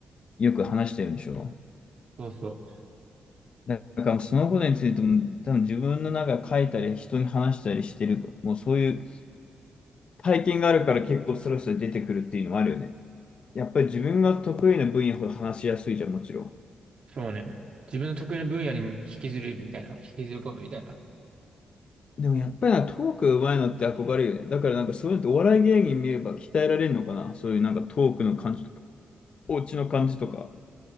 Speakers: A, on the left (about 55°); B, on the right (about 60°).
A: よく話してるんでしょ
B: そうそ
A: だからそのことについても多分自分の中で書いたり人に話したりしてる、もうそういう体験があるから結構スラスラ出てくるっていうのもあるよね。やっぱり自分が得意な分野ほど話しやすいじゃん、もちろん。
B: う。そうね。自分の得意な分野に引きずるみたいな。引きずり込むみたいな。
A: でもやっぱりなトーク上手いのって憧れるよね。だからなんかそういうのってお笑い芸人見れば鍛えられるのかな。そういうなんかトークの感じとか、お家の感じとか。